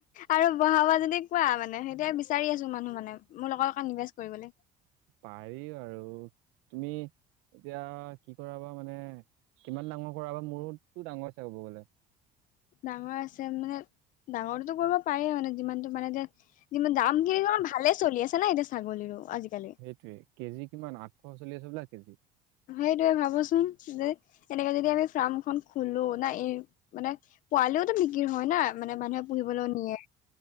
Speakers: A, on the left (about 45°); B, on the right (about 80°).
A: আৰু বঢ়াবা যদি কোৱা মানে, সেইটোয়ে বিচাৰি আছো মানুহ মানে। মোৰ লগৰ কাম <unintelligible> কৰিবলৈ।
B: পাৰি আৰু, তুমি, এতিয়া কি কৰাবা মানে কিমান ডাঙৰ কৰাবা, মোৰতো ডাঙৰ আছে ক'ব গ'লে।
A: ডাঙৰ আছে, মানে ডাঙৰটোতো কৰিব পাৰি মানে, যিমানতটো মানে এতিয়া, কিন্ত্ত দামখিনি ভালে চলি আছে ন এতিয়া ছাগলীৰো। আজিকালি
B: সেইটয়ে, কেজি কিমান আঠশ চলি আছে বোলে কেজি।
A: সেইটোয়ে ভাবোচোন, যে এনেকে যদি আমি ফাৰ্ম খন খোলো নাই, এই মানে পোৱালিওতো বিক্ৰ হয় না মানে মানুহে পুহিবলৈ নিয়ে।